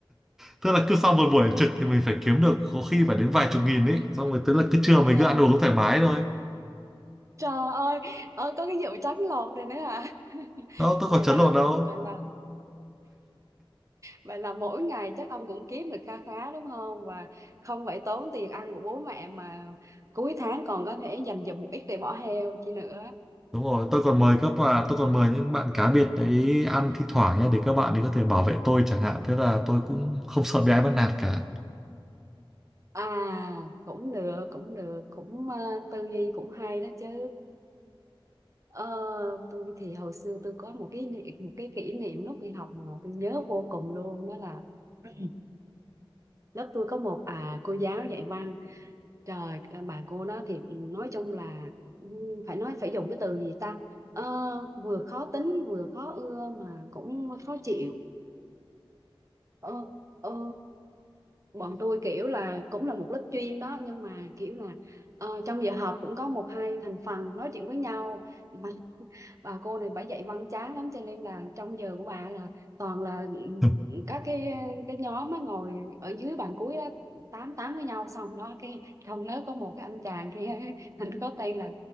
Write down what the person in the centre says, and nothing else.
Tức là cứ sau một buổi trực thì mình phải kiếm được có khi phải đến vài chục nghìn ấy, xong rồi tức
là cứ trưa mình cứ ăn uống thoải mái thôi
đâu tôi
có chấn
lột đâu
đúng rồi tôi còn mời các bạn tôi còn mời những bạn cá biệt đấy ăn thi thoảng nhé để các bạn ấy có thể bảo vệ tôi chẳng hạn thế là tôi cũng không sợ bị ai bắt nạt cả
<laughs>